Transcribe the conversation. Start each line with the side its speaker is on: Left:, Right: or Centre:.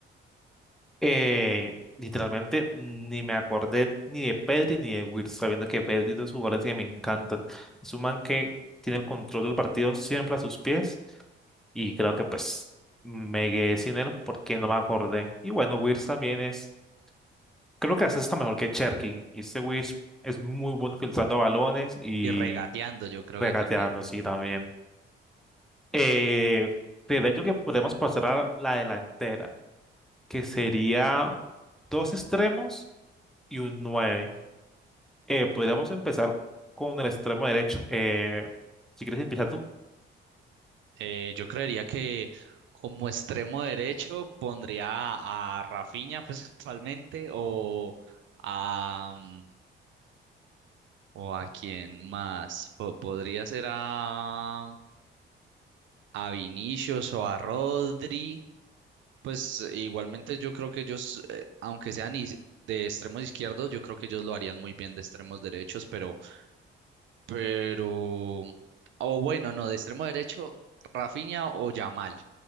Centre: Eh, literalmente ni me acordé ni de Pedri ni de Wirtz, sabiendo que Pedri es de los jugadores que me encantan. Es un man que tiene el control del partido siempre a sus pies y creo que pues me quedé sin él porque no me acordé. Y bueno, Wirtz también es Creo que hasta está mejor que Cherky. Y este Wiz es muy bueno filtrando balones y
Right: Y regateando, yo creo
Centre: regateando,
Right: que también.
Centre: sí, también. Eh, de hecho que podemos pasar a la delantera, que sería dos extremos y un nueve. Eh, podríamos empezar con el extremo derecho. Eh, si quieres empezar tú.
Right: Eh, yo creería que como extremo derecho pondría a, a Rafinha, pues <laughs> actualmente, o a, mm, o a quién más. Po- podría ser a, a Vinicius o a Rodri. Pues eh, igualmente yo creo que ellos, eh, aunque sean is- de extremos izquierdos, yo creo que ellos lo harían muy bien de extremos derechos, pero, pero, o bueno, no, de extremo derecho, Rafinha o Yamal.